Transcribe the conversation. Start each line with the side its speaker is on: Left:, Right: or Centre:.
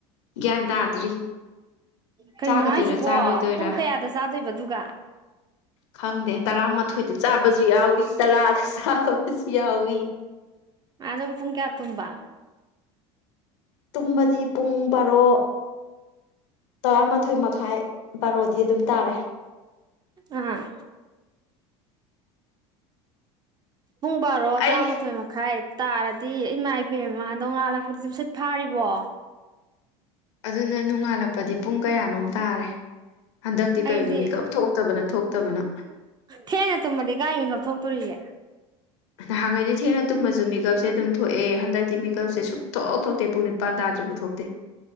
Left: ꯒ꯭ꯌꯥꯟ ꯇꯥꯗ꯭ꯔꯤ
Right: ꯀꯩꯅꯣ
Left: ꯆꯥꯒꯗꯣꯏꯔꯥ
Right: ꯍꯥꯏꯁꯤꯕꯣ
Left: ꯆꯥꯔꯣꯏꯗꯣꯏꯔꯥ
Right: ꯄꯨꯡ ꯀꯌꯥꯗ ꯆꯥꯗꯣꯏꯕ ꯑꯗꯨꯒ
Left: ꯈꯪꯗꯦ ꯇꯔꯥꯃꯥꯊꯣꯏꯗ ꯆꯥꯕꯁꯨ ꯌꯥꯎꯏ ꯇꯔꯥꯗ ꯆꯥꯕꯁꯨ ꯌꯥꯎꯏ
Right: ꯑꯒ ꯄꯨꯨꯡ ꯀꯌꯥ ꯇꯨꯝꯕ
Left: ꯇꯨꯝꯃꯗꯤ ꯄꯨꯡ ꯕꯥꯔꯣ ꯇꯔꯥꯃꯥꯊꯣꯏ ꯃꯈꯥꯏ ꯕꯥꯔꯣꯗꯤ ꯑꯗꯨꯝ ꯇꯥꯔꯦ
Right: ꯑꯥ ꯄꯨꯡ ꯕꯥꯔꯣ
Left: ꯑꯩ
Right: ꯇꯔꯥꯃꯥꯊꯣꯏ ꯃꯈꯥꯏ ꯇꯥꯔꯗꯤ ꯏꯃꯥꯏ ꯏꯕꯦꯝꯃꯥ ꯑꯗꯣ ꯉꯥꯜꯂꯛꯄꯗꯗꯤ ꯁꯦꯠ ꯐꯥꯔꯤꯕꯣ
Left: ꯑꯗꯨꯅ ꯅꯣꯡꯉꯥꯜꯂꯛꯄꯗꯤ ꯄꯨꯡ ꯀꯌꯥꯅꯣꯝ ꯇꯥꯔꯦ ꯍꯟꯗꯛꯇꯤ
Right: ꯑꯩꯗꯤ
Left: ꯀꯩꯅꯣ ꯃꯤꯀꯞ ꯊꯣꯛꯇꯕꯅ ꯊꯣꯛꯇꯕꯅ
Right: ꯊꯦꯡꯅ ꯇꯃꯗꯤ ꯀꯥꯏ ꯁ ꯇꯔꯤꯒ
Left: ꯅꯍꯥꯟꯈꯩꯗꯤ ꯊꯦꯡꯅ ꯇꯨꯝꯃꯁꯨ ꯃꯦꯀꯞꯁꯦ ꯑꯗꯨꯝ ꯊꯣꯛꯑꯦ ꯍꯟꯗꯛꯇꯤ ꯃꯦꯀꯞꯁꯦ ꯁꯨ ꯊꯣꯛꯑ ꯊꯣꯛꯇꯦ ꯄꯨꯡ ꯅꯤꯄꯥꯟꯗ ꯗ꯭ꯔꯤ ꯄꯨꯊꯣꯛꯇꯦ